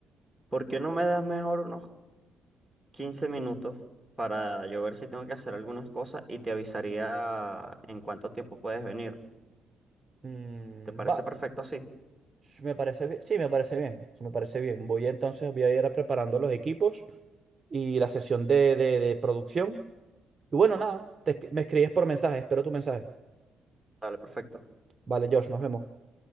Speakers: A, in the centre; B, on the right.
A: ¿por qué no me das mejor unos 15 minutos para yo ver si tengo que hacer algunas cosas y te avisaría en cuánto tiempo puedes venir.
B: Mm,
A: ¿Te parece
B: va,
A: perfecto así?
B: me parece bien. Sí, me parece bien. sí, me parece bien. Voy entonces, voy a ir preparando los equipos y la sesión de, de, de producción. Y bueno, nada, te, me escribes por mensaje, espero tu mensaje.
A: Dale, perfecto.
B: Vale, Josh, nos vemos.